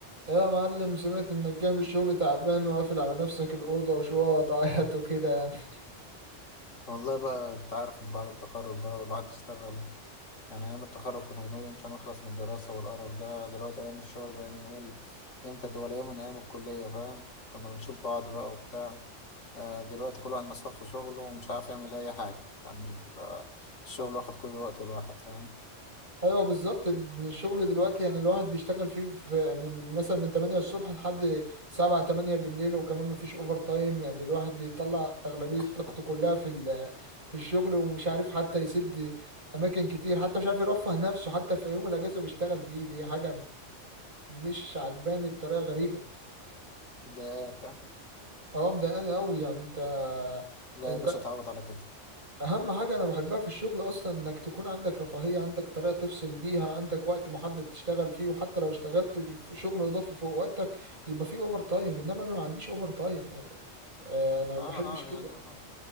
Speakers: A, on the right (about 45°); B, on the left (about 80°).
A: يا معلم سمعت انك جاي من الشغل تعبان وقافل على نفسك الأوضة وشوية وتعيط وكده يعني <laughs>
B: والله بقى انت عارف من بعد التخرج بقى والواحد اشتغل يعني ايام التخرج كنا بنقول امتى نخلص من الدراسة والقرف ده دلوقتي ايام الشغل بقينا نقول امتى تبقى يوم من ايام الكلية فاهم كنا بنشوف بعض بقى وبتاع آه دلوقتي كل واحد مسحول في شغله ومش عارف يعمل اي حاجة يعني آه، الشغل واخد كل الوقت الواحد فاهم
A: ايوه بالظبط الشغل دلوقتي يعني الواحد بيشتغل فيه في من مثلا من 8 الصبح لحد 7 8 بالليل وكمان مفيش اوفر تايم يعني الواحد بيطلع أغلبية
B: <laughs>
A: طاقته كلها في ال- في الشغل ومش عارف حتى يسد اماكن كتير حتى مش عارف يرفه نفسه حتى في يوم الاجازة بيشتغل فيه دي حاجة مش عجباني بطريقة غريبة
B: مضايقاك ها؟
A: اه مضايقاني قوي يعني انت
B: لا
A: انت
B: يا باشا اتعود على كده
A: اهم حاجة انا بحبها في الشغل اصلا انك تكون عندك رفاهية عندك طريقة تفصل بيها عندك وقت محدد تشتغل فيه وحتى لو اشتغلت في شغل اضافي فوق وقتك يبقى فيه اوفر تايم انما انا ما عنديش اوفر تايم يعني آه، انا ما
B: اه
A: بحبش كده
B: اه يعني آه.